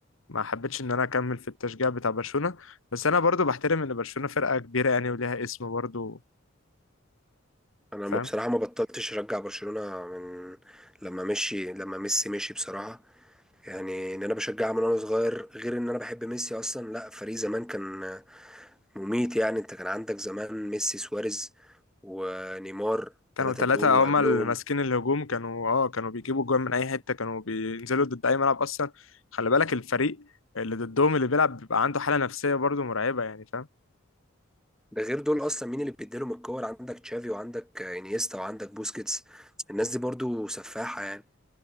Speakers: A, on the left; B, in the centre.
A: ما حبيتش ان انا اكمل في التشجيع بتاع برشلونه بس انا برضو بحترم ان برشلونه فرقه كبيره يعني وليها اسم برضو
B: انا
A: فاهم
B: ما بصراحه ما بطلتش اشجع برشلونه من لما مشي لما ميسي مشي بصراحه يعني ان انا بشجعها من وانا صغير غير ان انا بحب ميسي اصلا لا فريق زمان كان مميت يعني انت كان عندك زمان ميسي سواريز ونيمار
A: كانوا
B: ثلاثة
A: ثلاثة
B: دول وقبلهم
A: هما اللي ماسكين الهجوم كانوا اه كانوا بيجيبوا جوان من أي حتة كانوا بينزلوا ضد أي ملعب أصلا خلي بالك الفريق اللي ضدهم اللي بيلعب بيبقى عنده حالة نفسية برضو مرعبة يعني فاهم
B: ده غير دول اصلا مين اللي بيديلهم الكور عندك تشافي وعندك انيستا وعندك بوسكيتس الناس دي برضو سفاحة يعني